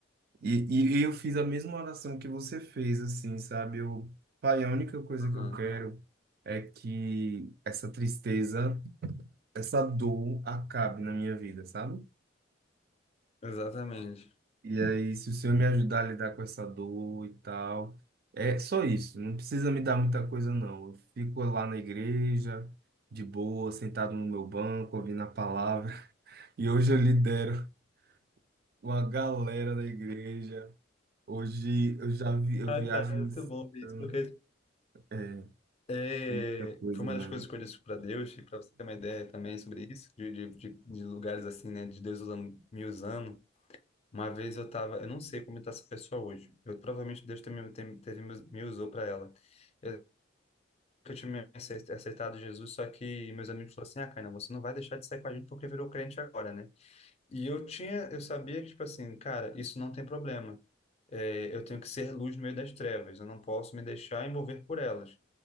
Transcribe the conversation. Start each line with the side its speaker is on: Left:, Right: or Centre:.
Right: E, e eu fiz a mesma oração que você fez, assim, sabe? Eu, pai, a única coisa
Left: aham,
Right: que eu quero é que essa tristeza, essa dor acabe na minha vida, sabe?
Left: exatamente.
Right: E aí, se o Senhor me ajudar a lidar com essa dor e tal, é só isso, não precisa me dar muita coisa, não. Eu fico lá na igreja, de boa, sentado no meu banco, ouvindo a palavra, <laughs> e hoje eu lidero uma galera da igreja. Hoje eu já vi, eu
Left: Ah,
Right: viajo
Left: cara,
Right: em
Left: muito
Right: missão.
Left: bom ver isso, porque
Right: É,
Left: É,
Right: é muita coisa,
Left: foi uma
Right: mano.
Left: das coisas que eu disse para Deus, e para você ter uma ideia também sobre isso, de, de, de, de lugares assim, né, de Deus usando, me usando. Uma vez eu tava, eu não sei como está essa pessoa hoje. Eu provavelmente Deus também teve, teve, me me usou para ela. Eu, eu tinha me ace- aceitado Jesus, só que meus amigos falaram assim: Ah, Caína, você não vai deixar de sair com a gente porque virou crente agora, né? E eu tinha, eu sabia que, tipo assim, cara, isso não tem problema. É, eu tenho que ser luz no meio das trevas, eu não posso me deixar envolver por elas.